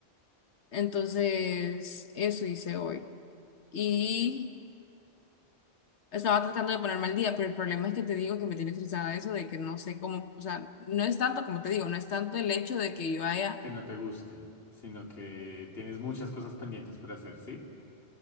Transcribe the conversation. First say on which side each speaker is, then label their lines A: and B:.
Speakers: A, on the left (about 80°); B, on the left (about 60°).
A: Entonces, eso hice hoy. Y estaba tratando de ponerme al día, pero el problema es que te digo que me tiene estresada eso de que no sé cómo, o sea, no es tanto como te digo, no es tanto el hecho de que yo haya,
B: Que no te guste, sino que tienes muchas cosas pendientes por hacer, ¿sí?